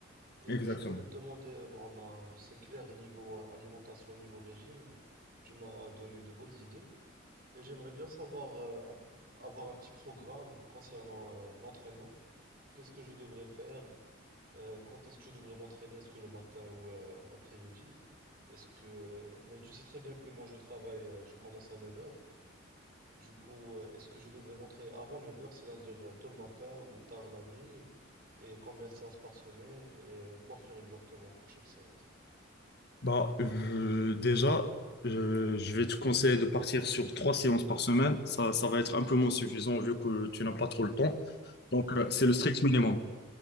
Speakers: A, on the right; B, on the left.
A: Et
B: Exactement.
A: je voulais te demander, euh, bon là, c'est clair, niveau euh, alimentation et niveau régime, tu m'as donné de bonnes idées. Et j'aimerais bien savoir, euh, un- avoir un petit programme concernant euh, l'entraînement. Qu'est-ce que je devrais faire? Euh, quand est-ce que je devrais m'entraîner? Est-ce que le matin ou euh, l'après-midi? Est-ce que... Mais tu sais très bien que moi je travaille, euh, je commence à neuf heures. Du coup, euh, est-ce que je devrais m'entraîner avant neuf heures, cest c'est-à-dire euh, tôt le matin ou tard la nuit? Et combien de séances par semaine? Et euh, quoi faire exactement pour chaque séance?
B: Bah, euh, déjà, euh, je vais te conseiller de partir sur trois séances par semaine. Ça, ça va être amplement suffisant vu que tu n'as pas trop le
A: Ok?
B: temps.
A: Ok?
B: Donc, euh, c'est le strict minimum.